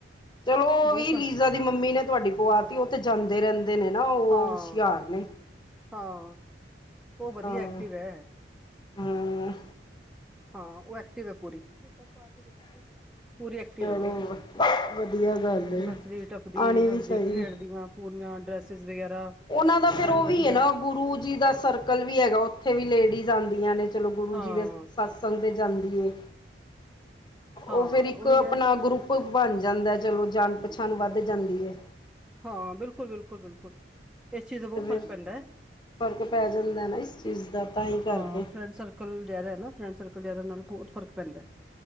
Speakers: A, on the left; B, in the centre.
A: ਚਲੋ ਉਹ
B: ਬਹੁਤ
A: ਵੀ
B: ਫ
A: ਲੀਜ਼ਾ ਦੀ ਮੰਮੀ ਨੇ ਤੁਹਾਡੀ ਪੁਆਤੀ ਉਹ ਤੇ ਜਾਂਦੇ ਰਹਿੰਦੇ ਦੇ ਨੇ ਨਾ ਉਹ
B: ਹਾਂ
A: ਸ਼ਿਆਰ ਨੇ
B: ਹਾਂ ਉਹ ਵਧੀਆ
A: ਹਾਂ
B: ਐਕਟਿਵ ਹੈ
A: ਹਾਂ
B: ਹਾਂ ਉਹ ਐਕਟਿਵ ਹੈ ਪੂਰੀ ਪੂਰੀ ਐਕਟਿਵ
A: ਚਲੋ
B: ਐ ਉਹ
A: ਵਧੀਆ ਗੱਲ ਏ
B: ਨੱਚਦੀ ਟੱਪਦੀ
A: ਆਣੀ
B: ਹੱਸਦੀ
A: ਵੀ ਚਾਹੀਦੀ
B: ਖੇਡਦੀ ਵ ਪੂਰੀਆਂ ਡਰੈਸਿਸ ਵਗੈਰਾ
A: ਉਹਨਾਂ ਦਾ ਫੇਰ ਉਹ
B: ਐਨ ਵਧੀਆ
A: ਵੀ ਏ ਨਾ ਗੁਰੂ ਜੀ ਦਾ ਸਰਕਲ ਵੀ ਹੈਗਾ ਉੱਥੇ ਵੀ ਲੇਡੀਜ਼ ਆਂਦੀਆਂ ਨੇ ਚਲੋ ਗੁਰੂ
B: ਹਾਂ
A: ਜੀ ਦੇ ਸਤਸੰਗ ਤੇ ਜਾਂਦੀ ਏ ਉਹ
B: ਹਾਂ
A: ਫੇਰ ਇੱਕ
B: ਉਹੀ
A: ਆਪਣਾ
B: ਹੈ
A: ਗਰੁੱਪ ਬਣ ਜਾਂਦੈ ਚਲੋ ਜਾਣ ਪਛਾਣ ਵੱਧ ਜਾਂਦੀ ਏ
B: ਹਾਂ ਬਿਲਕੁਲ ਬਿਲਕੁਲ ਬਿਲਕੁਲ ਇਸ ਚੀਜ਼ ਦਾ ਬਹੁਤ
A: ਤੇ
B: ਫ਼ਰਕ
A: ਫੇਰ
B: ਪੈਂਦਾ
A: ਫ਼ਰਕ ਪੈ ਜਾਂਦੈ ਨਾ ਇਸ ਚੀਜ਼ ਦਾ ਤਾਂ ਹੀ ਕਰਕੇ
B: ਹਾਂ ਫਰੈਂਡ ਸਰਕਲ ਜਿਆਦਾ ਹੈ ਨਾ ਫਰੈਂਡ ਸਰਕਲ ਜ਼ਿਆਦਾ ਨਾਲ ਬਹੁਤ ਫਰਕ ਪੈਂਦੈ